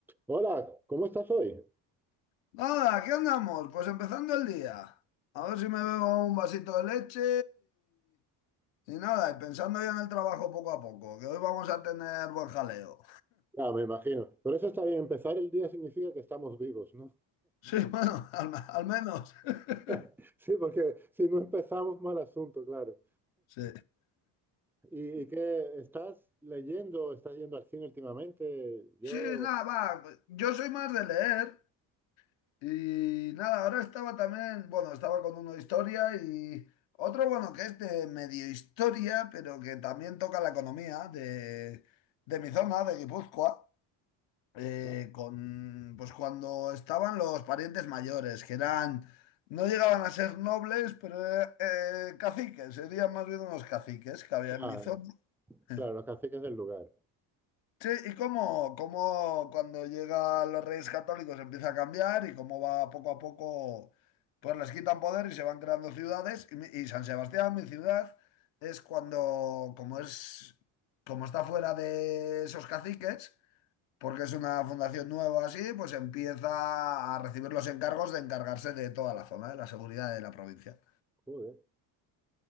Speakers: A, in the centre; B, on the left (about 65°).
A: Hola, ¿cómo estás hoy?
B: Nada, aquí andamos, pues empezando el día. A ver si me bebo un vasito de leche y, y nada, y pensando ya en el trabajo poco a poco, que hoy vamos a tener buen jaleo.
A: Ah, me imagino. Por eso está bien, empezar el día significa que estamos vivos, ¿no?
B: Sí, <laughs> bueno, al, al menos. <laughs>
A: <laughs> Sí, porque si no empezamos, mal asunto, claro.
B: Sí.
A: ¿Y, y qué estás leyendo? ¿Estás yendo al cine últimamente? Yo...
B: Sí, nada, va. Yo soy más de leer y nada, ahora estaba también, bueno, estaba con uno de historia y otro, bueno, que es de medio historia, pero que también toca la economía de, de mi zona, de Guipúzcoa. eh,
A: Ah,
B: con, pues cuando estaban los parientes mayores, que eran, no llegaban a ser nobles, pero eh, eh, caciques, serían más bien unos caciques que había en
A: ah,
B: mi zona. <laughs>
A: claro, los caciques del lugar.
B: Sí, y cómo, cómo cuando llegan los reyes católicos empieza a cambiar y cómo va poco a poco, pues les quitan poder y se van creando ciudades. Y, mi- y San Sebastián, mi ciudad, es cuando, como es, como está fuera de esos caciques, porque es una fundación nueva así, pues empieza a recibir los encargos de encargarse de toda la zona, de la seguridad de la provincia.
A: Joder.